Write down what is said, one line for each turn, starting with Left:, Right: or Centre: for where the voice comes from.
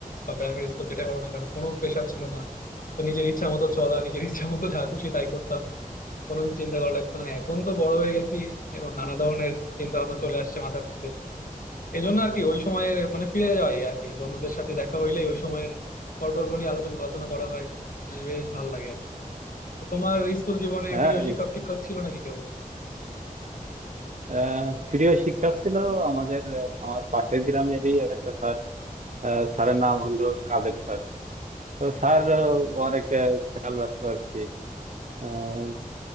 Left: বা প্রাইমারি স্কুল যেটাই বলো না কেন কোনো প্রেশার ছিল না তো নিজের ইচ্ছা মতো চলা নিজের ইচ্ছা মতো যা খুশি তাই করতাম কোনো কিছু চিন্তা করা লাগতো না এখন তো বড় হয়ে গেছি এবং নানা ধরনের চিন্তা ভাবনা চলে আসছে মাথার মধ্যে এই জন্য আর কি ওই সময়ে মানে ফিরে যাই আর কি বন্ধুদের সাথে দেখা হইলেই ওই সময়ের গল্প নিয়ে আলোচনা আলোচনা করা হয় বেশ ভালো লাগে আর কি। তো তোমার স্কুল জীবনে
Right: হ্যাঁ
Left: প্রিয় শিক্ষক
Right: ইস-
Left: টিক্ষক ছিল নাকি কেউ
Right: আহ, প্রিয় শিক্ষক ছিল আমাদের আহ, আমার পাশের গ্রামেরই একটা স্যার আহ, স্যারের নাম হলো কাদের স্যার তো স্যার আহ, অনেক আহ, খেয়াল রাখতো আর কি আহ,